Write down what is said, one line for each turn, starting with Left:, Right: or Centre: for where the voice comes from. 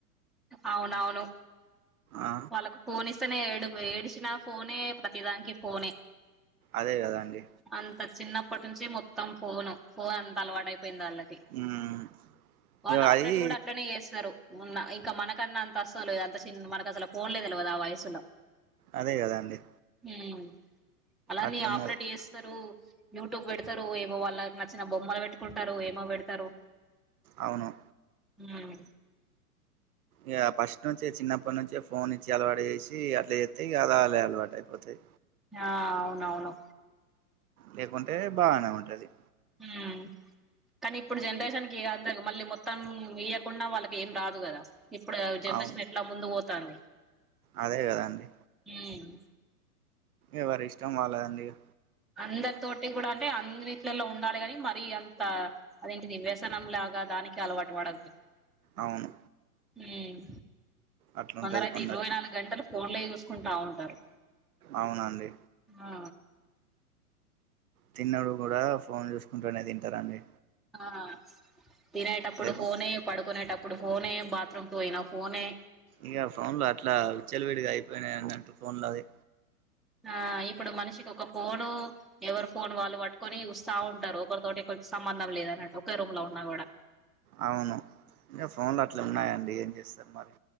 Centre: అవునవును
Right: ఆ
Centre: వాళ్ళకు ఫోన్ ఇస్తేనే ఏడుగు ఏడిచినా ఫోనే, ప్రతిదానికీ ఫోనే
Right: అదే కదా అండి
Centre: అంత చిన్నప్పటి నుంచి మొత్తం ఫోను, ఫోన్ అంత అలవాటపోయింది వాళ్ళకి
Right: ఉమ్
Centre: వాళ్ళు
Right: ఇగ
Centre: ఆపరేట్
Right: అది
Centre: కూడా అట్లనే చేస్తారు ఉన్నా ఇంకా మనకన్నా అంత అసలు అంత చి మనకసలు ఫోన్లే తెలవదు ఆ వయసులో
Right: అదే కదా అండి
Centre: ఉమ్ అలానే
Right: అట్లున్నది
Centre: ఆపరేట్ చేస్తారు యూట్యూబ్ పెడతరు, ఏమో వాళ్ళకి నచ్చిన బొమ్మలు పెట్టుకుంటారు ఏమో పెడతారు.
Right: అవును
Centre: ఉమ్మ్
Right: ఇక ఫస్ట్ నుంచే చిన్నప్పటి నుంచే ఫోన్ ఇచ్చి అలవాటు చేసి అట్లా చెస్తే ఇక అదే అలవాటు అయిపోతాయి
Centre: ఆ అవునవును
Right: లేకుంటే బాగానే ఉంటది
Centre: ఉమ్మ్ కానీ ఇప్పుడు జనరేషన్ కి అందదు మళ్ళీ మొత్తం ఇయ్యకుండా వాళ్ళకి ఏం రాదు కదా ఇప్పుడు ఆ జనరేషన్
Right: అవును
Centre: ఎట్లా ముందుకు పోతాంది
Right: అదే కదాండి
Centre: ఉమ్
Right: ఎవరి ఇష్టం వాళ్ళదండి ఇగ
Centre: అందరితోటి కూడా అంటే అన్నిట్లలో ఉండాలి కాని మరీ అంతా? అదేంటిది వ్యసనం లాగా దానికి అలవాటు పడద్దు
Right: అవును
Centre: ఉమ్
Right: అట్లుంటది
Centre: కొందరైతే
Right: కొందరికి
Centre: ఇరవై నాలుగు గంటలు ఫోన్లోయి చూసుకుంటా ఉంటారు.
Right: అవునండి
Centre: ఆ
Right: తిన్నప్పుడు కూడా ఫోన్ చూసుకుంటూనే తింటారండి
Centre: ఆ తినేటప్పుడు
Right: లేకుం
Centre: ఫోనే పడుకునేటప్పుడు ఫోనే, బాత్రూంకి పోయినా ఫోనే
Right: ఇక ఫోన్లు అట్లా విచ్చలవిడిగా అయిపోయినాయండి అంటూ ఫోన్ లో అది
Centre: ఆ ఇప్పుడు మనిషికి ఒక ఫోను ఎవరు ఫోన్ వాళ్ళు పట్టుకొని చూస్తా ఉంటారు ఒకరితోటి ఒకరికి సంబంధం లేదన్నట్టు ఒక రూమ్ లో ఉన్నా కూడా
Right: అవును ఇంకా ఫోన్లు అట్లా ఉన్నాయండి ఏం చేస్తారు మరి